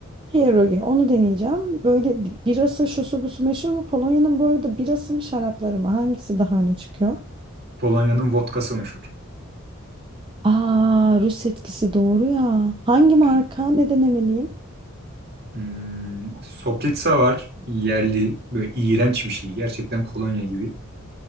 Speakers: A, on the right; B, on the right.
A: Pierogi. Onu deneyeceğim. Böyle bi- birası şusu busu meşhur mu? Polonya'nın bu arada birası mı şarapları mı? Hangisi daha öne çıkıyor?
B: Polonya'nın vodkası meşhur.
A: Aa, Rus etkisi doğru ya. Hangi marka?
B: Aynen. öyle.
A: Ne denemeliyim?
B: Hmm, Soplica var. Yerli. Böyle iğrenç bir şey. Gerçekten kolonya gibi.